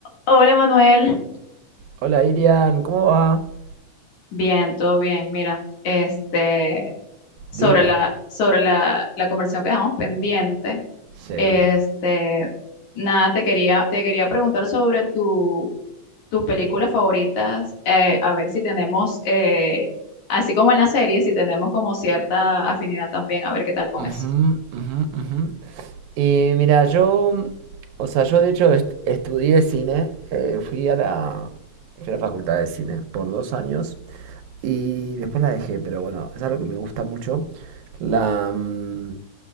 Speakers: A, on the left; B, on the right.
A: Hola Manuel,
B: Hola Irian, ¿cómo va?
A: bien, todo bien. Mira, este, sobre
B: Dime.
A: la, sobre la, la conversación que dejamos pendiente,
B: Sí.
A: este, nada, te quería, te quería preguntar sobre tu, tus películas favoritas, eh, a ver si tenemos, eh, así como en la serie, si tenemos como cierta afinidad también, a ver qué tal con
B: Ujú,
A: eso.
B: ujú, ujú. Y mira, yo, o sea, yo de hecho est- estudié cine, eh, fui a la, fui a la facultad de cine por dos años y después la dejé, pero bueno, es algo que me gusta mucho. La, mm,